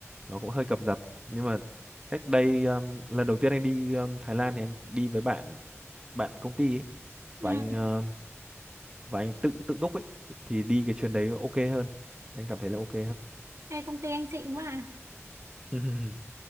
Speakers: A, on the right; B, on the right.
A: nó cũng hơi cập dập nhưng mà cách đây um, lần đầu tiên anh đi um, Thái Lan thì anh đi với bạn bạn công ty ấy
B: ừ
A: và anh um, và anh tự tự túc ấy thì đi cái chuyến đấy ok hơn anh cảm thấy là ok
B: hay công ty anh xịn quá à
A: hơn